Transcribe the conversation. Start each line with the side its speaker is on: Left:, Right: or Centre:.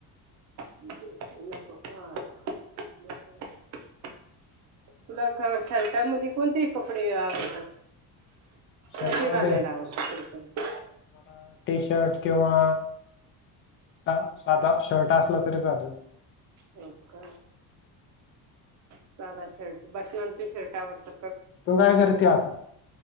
Right: नको का? <inaudible> तुला शर्टामध्ये कोणते कपडे आवडतात?
Left: शर्टामध्ये
Right: कसे घालायला आवडत शर्ट.
Left: मला टी शर्ट किंवा साधा शर्ट असला तरी चालेल.
Right: हो का. साधा शर्ट बटनांचे शर्ट आवडतात.
Left: तू काय करते आता?